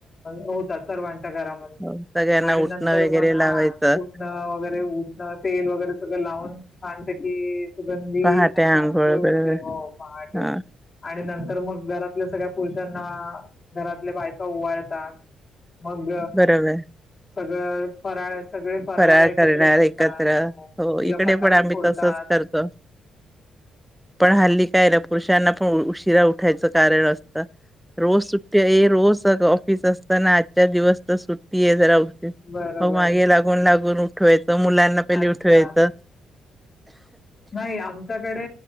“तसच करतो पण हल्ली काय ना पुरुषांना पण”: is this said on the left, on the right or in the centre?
Centre